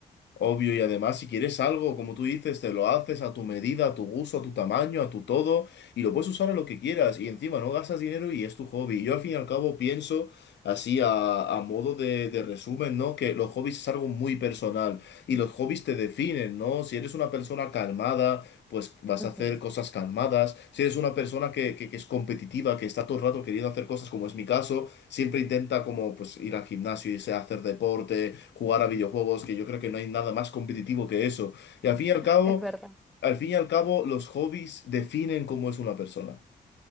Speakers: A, on the left (about 65°); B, in the centre.
A: obvio. Y además, si quieres algo, como tú dices, te lo haces a tu medida, a tu gusto, a tu tamaño, a tu todo, y lo puedes usar a lo que quieras. Y encima no gastas dinero y es tu hobby. Yo al fin y al cabo pienso así a, a modo de, de resumen, ¿no? Que los hobbies es algo muy personal y los hobbies te definen, ¿no? Si eres una persona calmada, pues vas
B: Ujú,
A: a hacer cosas calmadas. Si eres una persona que, que que es competitiva, que está todo el rato queriendo hacer cosas, como es mi caso Siempre intenta como pues ir al gimnasio, irse a hacer deporte, jugar a videojuegos, que yo creo que no hay nada más competitivo que eso. Y al fin y al cabo,
B: Es verdad.
A: al fin y al cabo, los hobbies definen cómo es una persona.